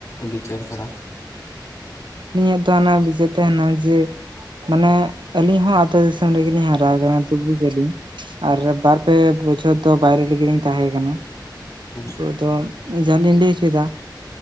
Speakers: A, on the left (about 35°); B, on the right (about 85°).
A: ᱵᱤᱪᱟᱹᱨ ᱫᱷᱟᱨᱟ᱾
B: ᱱᱤᱭᱟᱹ ᱫᱚ ᱚᱱᱟ ᱵᱤᱪᱟᱹᱨ ᱛᱟᱦᱮᱱᱟ ᱡᱮ, ᱢᱟᱱᱮ ᱟᱹᱞᱤᱧ ᱦᱚ ᱟᱛᱳ ᱫᱤᱥᱚᱢ ᱨᱮᱜᱮᱞᱤᱧ ᱦᱟᱨᱟ ᱟᱠᱟᱱᱟ ᱛᱚ ᱵᱩᱡᱽ ᱟ‌ᱞᱤᱧ᱾ ᱟᱨ ᱵᱟᱨ ᱯᱮ ᱵᱚᱪᱷᱚᱨ ᱫᱚ ᱵᱟᱭᱨᱮ ᱨᱮᱜᱮ ᱞᱤᱧ ᱛᱟᱦᱮ ᱠᱟᱱᱟ᱾
A: <unintelligible>
B: ᱫᱚ ᱡᱟᱸᱦᱟ ᱞᱤᱧ ᱞᱟᱹᱭ ᱦᱚᱪᱚᱭᱮᱫᱟ